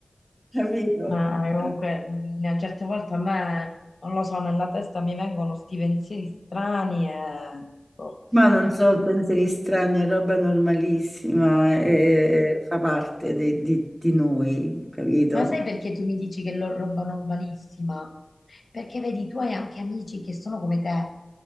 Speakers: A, on the right (about 15°); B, on the left (about 90°).
A: capito?
B: Ma comunque,
A: Eh,
B: mh, a certe volte a me, non lo so, nella testa mi vengono sti pensieri strani e... boh.
A: Ma non so, pensieri strani, è roba normalissima, eh,
B: Mm.
A: fa parte de- di, di noi, capito?
B: Ma sai perché tu mi dici che lo roba normalissima? Perché vedi, tu hai anche amici che sono come te.